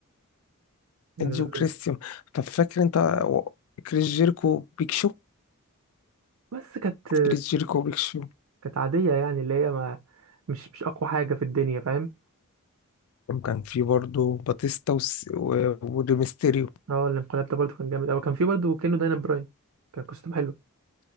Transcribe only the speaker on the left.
إيدج وكريستيان
طب فاكر أنت و- كريس جيركو وبيك شو
كريس جيركو وبيك شو
وكان في برضه باتيستا وس- و- وريمستيريو